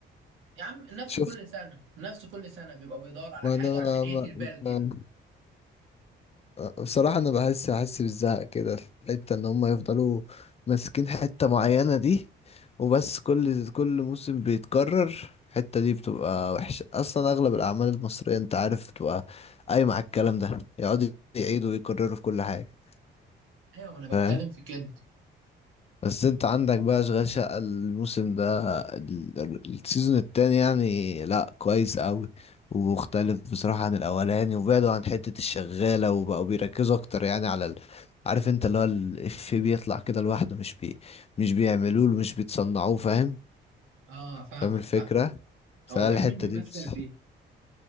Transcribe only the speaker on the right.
يا عم نفس
كل سنة نفس كل سنة بيبقى بيدور على
حاجة
عشان يقتل
بيها الجن
أيوة ما أنا
بتكلم في كده
أه فاهمك
فاهم
هو كان مين بيمثل
فيه؟